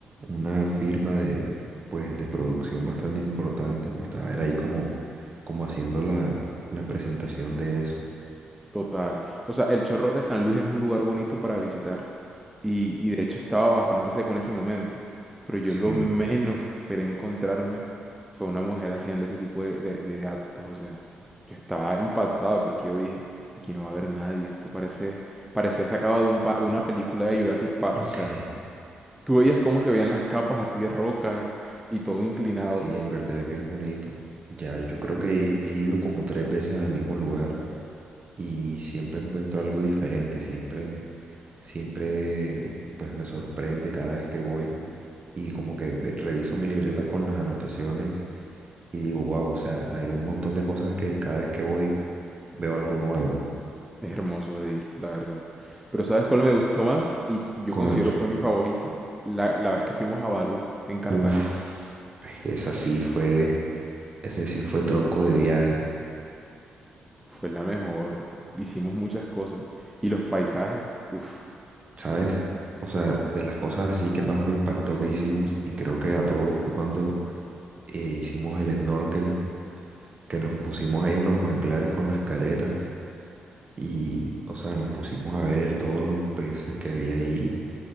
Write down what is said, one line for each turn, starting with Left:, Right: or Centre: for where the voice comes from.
Right: una firma de, pues, de producción bastante importante y estaba era ahí como, como haciendo la, la presentación de eso.
Centre: Total. O sea, el Chorro de San Luis es un lugar bonito para visitar. Y, y de hecho estaba bastante seco en ese momento. Pero yo
Right: Sí.
Centre: lo menos que esperé encontrarme fue una mujer haciendo ese tipo de, de- de actos. O sea, yo estaba impactado porque yo dije, aquí no va a haber nadie. Esto parece, parecía sacado de un pa- de una película de Jurassic Park.
Right: <laughs>
Centre: O sea, tú veías cómo se veían las capas así de rocas y todo inclinado.
Right: Sí, en verdad es bien bonito. Ya, yo creo que he ido como tres veces al mismo lugar. y siempre encuentro algo diferente, siempre, siempre pues me sorprende cada vez que voy y como que ve- reviso mi libreta con las anotaciones y digo, wow, o sea, hay un montón de cosas que cada vez que voy veo algo nuevo.
Centre: Es hermoso de ir, la verdad. Pero ¿sabes cuál me gustó más? Y yo
Right: ¿Cuál?
Centre: considero fue mi favorita. La, la vez que fuimos a Barú, en Cartagena.
Right: Uf, es que esa sí fue, ese sí fue tronco de viaje,
Centre: Fue la mejor. Hicimos muchas cosas. Y los paisajes, uff,
Right: ¿sabes? O sea, de las cosas así que más me impactó que hicimos y creo que a todos fue cuando eh, hicimos el snorkeling que nos pusimos ahí en los manglares con las caretas Y, o sea, nos pusimos a ver todos los peces que había ahí